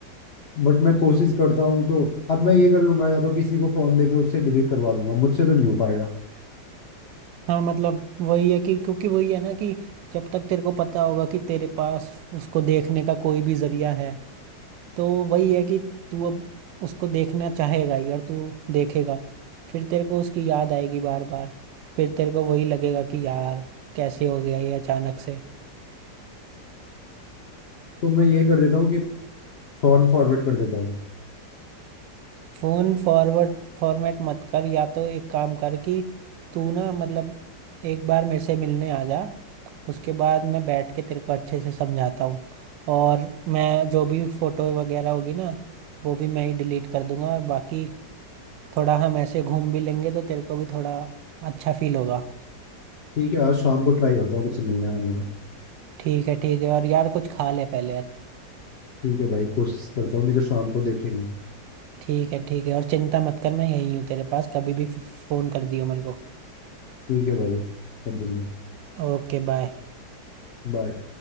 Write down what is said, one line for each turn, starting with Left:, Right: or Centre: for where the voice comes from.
Left: बट मैं कोशिश करता हूँ तो अब मैं ये कर लूंगा या तो किसी को फोन देके उससे डिलीट करवा दूंगा मुझसे तो नहीं हो पाएगा
Right: हाँ मतलब वही है कि क्योंकि वही है ना कि जब तक तेरे को पता होगा कि तेरे पास उसको देखने का कोई भी जरिया है तो वही है कि तू अब उसको देखना चाहेगा ही और तू देखेगा फिर तेरे को उसकी याद आएगी बार बार फिर तेरे को वही लगेगा कि यार कैसे हो गया ये अचानक से
Left: तो मैं ये कर देता हूँ कि फॉर्म फॉरवर्ड कर देता हूँ
Right: फोन फॉरवर्ड फॉर्मेट मत कर या तो एक काम कर कि तू ना मतलब एक बार मेरे से मिलने आ जा उसके बाद मैं बैठ के तेरे को अच्छे से समझाता हूँ और मैं जो भी फोटो वगैरह होगी ना वो भी मैं ही डिलीट कर दूंगा और बाकी थोड़ा हम ऐसे घूम भी लेंगे तो तेरे को भी थोड़ा अच्छा फील होगा
Left: ठीक है आज शाम को ट्राई करता हूँ तुमसे मिलने आने का
Right: ठीक है ठीक है और यार कुछ खा ले पहले अच्छ-
Left: ठीक है भाई कोशिश करता हूँ नहीं तो शाम को देखेंगे
Right: ठीक है ठीक है और चिंता मत कर मैं यहीं हूँ तेरे पास कभी भी फ़ोन कर दियो मेरे को
Left: ठीक है भाई कंटिन्यू
Right: Okay bye
Left: बाय